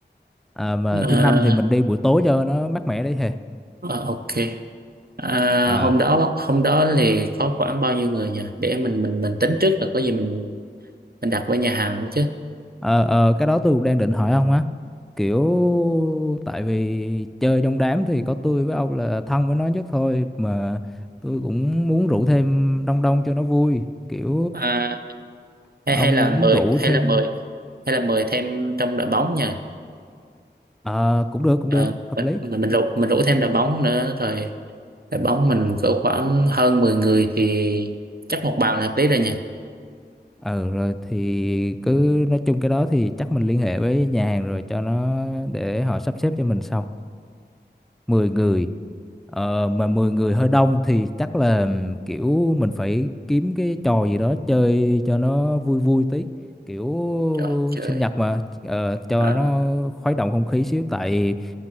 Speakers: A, in the centre; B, on the right (about 55°).
A: À, mà
B: Ờ,
A: thứ năm thì mình đi buổi tối cho nó mát mẻ đấy hè
B: ờ, ok. À,
A: à,
B: hôm đó hôm đó thì có khoảng bao nhiêu người nhỉ? Để mình mình mình tính trước là có gì mình mình đặt với nhà hàng chứ.
A: ờ, ờ, cái đó tôi cũng đang định hỏi ông á kiểu tại vì chơi trong đám thì có tôi với ông là thân với nó nhất thôi mà tôi cũng muốn rủ thêm đông đông cho nó vui kiểu
B: À,
A: ờ,
B: hay
A: ông
B: hay là
A: muốn
B: mời
A: rủ
B: hay
A: thêm
B: là mời hay là mời thêm trong đội bóng nhỉ?
A: Ờ, cũng được cũng
B: Ờ,
A: được hợp
B: mình
A: lý
B: mình mình rủ mình rủ thêm đội bóng nữa rồi đội bóng mình cỡ khoảng hơn 10 người thì chắc một bàn là hợp lý rồi nhỉ.
A: ờ rồi thì cứ nói chung cái đó thì chắc mình liên hệ với nhà hàng rồi cho nó để họ sắp xếp cho mình sau mười người ờ, mà 10 người hơi đông thì chắc là kiểu mình phải kiếm cái trò gì đó chơi cho nó vui vui tí kiểu
B: Trời, trời.
A: sinh nhật mà ờ, cho
B: À,
A: nó khuấy động không khí xíu tại